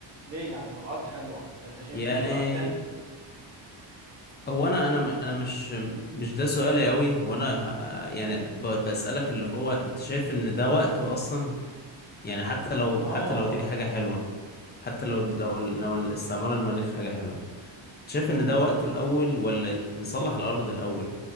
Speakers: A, on the right (about 35°); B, on the left (about 25°).
A: ليه يعني ما الأرض حلوة أنت شايف
B: يعني
A: ليك رأي تاني
B: هو انا انا م- انا مش مش ده سؤالي قوي هو انا ه- يعني ب- بسألك اللي هو انت شايف ان ده وقته اصلا يعني حتى لو
A: آه
B: حتى لو دي حاجة حلوة حتى لو لو لو الاستعمار المريخ حاجة حلوة انت شايف ان ده وقته الاول ولا نصلح الارض الاول